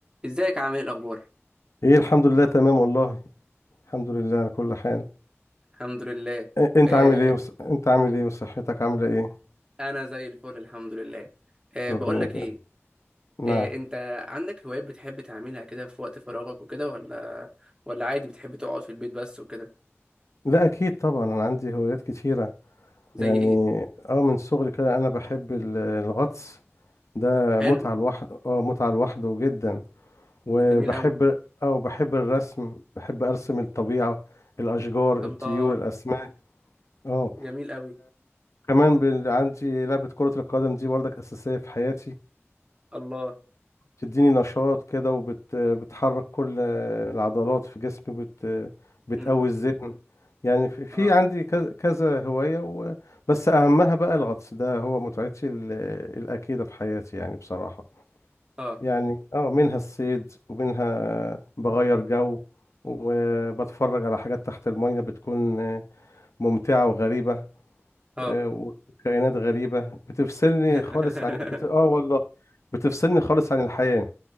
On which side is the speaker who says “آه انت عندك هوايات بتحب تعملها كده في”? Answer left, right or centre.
Right